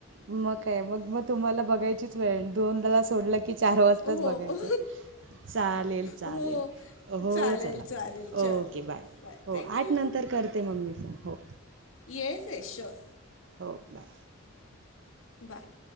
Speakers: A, on the right; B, on the left.
A: मग काय. मग मग तुम्हाला बघायचीच वेळ दोनला सोडलं की की चार वाजताच
B: हो.
A: बघायचं. चालेल चालेल
B: हो,
A: हो
B: चालेल,
A: चला,
B: चालेल. चल,
A: ओके बाय हो
B: थँक
A: आठ
B: यू.
A: नंतर करते मग मी फोन हो.
B: येस येस शुअर,
A: हो बाय
B: बाय.